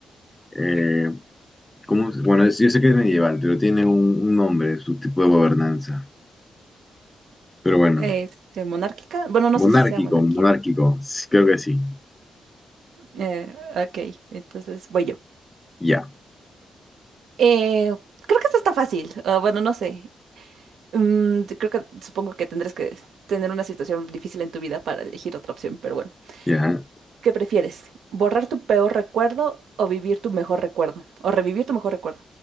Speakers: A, on the left; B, on the right.
A: Eh, ¿cómo se- bueno, es- yo sé que es medieval, pero tiene un, un nombre, su tipo de gobernanza. Pero bueno,
B: Este, monárquica. Bueno, no
A: monárquico,
B: sé si sea monarquía.
A: monárquico, sí, creo que sí.
B: Eh, ok, entonces voy yo.
A: Ya,
B: Eh, creo que esto está fácil. Ah, bueno, no sé. Mm, creo que supongo que tendrás que tener una situación difícil en tu vida para elegir otra opción, pero bueno.
A: ya.
B: ¿Qué prefieres? ¿Borrar tu peor recuerdo o vivir tu mejor recuerdo? ¿O revivir tu mejor recuerdo?